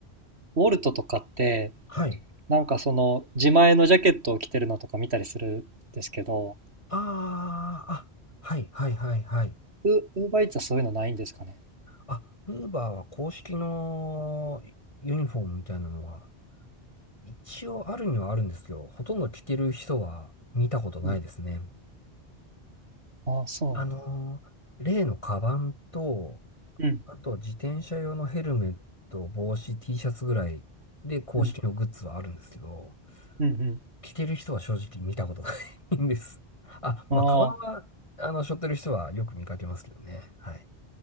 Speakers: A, on the right; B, on the left.
A: ウォルトとかって、
B: はい。
A: なんかその、自前のジャケットを着てるのとか見たりするんですけど、
B: ああ、あ、はいはいはいはい。
A: ウ、ウーバーイーツはそういうのないんですかね。
B: あ、ウーバーは公式のユニフォームみたいなのは一応あるにはあるんですけど、ほとんど着てる人は見たことないですね。
A: うん。あそ
B: あのー例のカバンと、
A: う。うん、
B: あと自転車用のヘルメット、帽子、T シャツぐらいで公式のグッズはあるんですけど、
A: うん、うん、うん。
B: 着てる人は正直見たことないんです。あ、
A: あー
B: まあ、カバンは、あの、背負ってる人はよく見かけますけどね。はい。